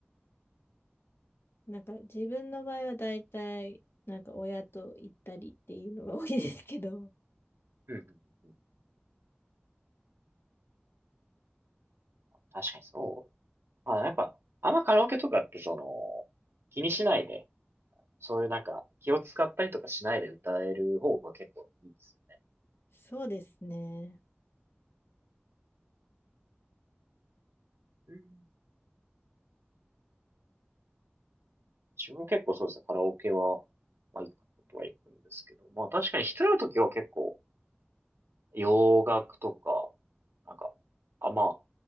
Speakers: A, on the left; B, on the right.
A: なんか自分の場合は大体、なんか親と行ったりっていうのが多いですけど、
B: うんうんうん確かにそう。まあ、やっぱ、あんまカラオケとかってその、気にしないで、そういうなんか気を使ったりとかしないで歌える方が結構いいですよね。
A: そうですね。
B: うん。自分も結構そうですね、カラオケは、まあ行くことは行くんですけど、まあ確かに一人の時は結構洋楽とか、なんか、あんま、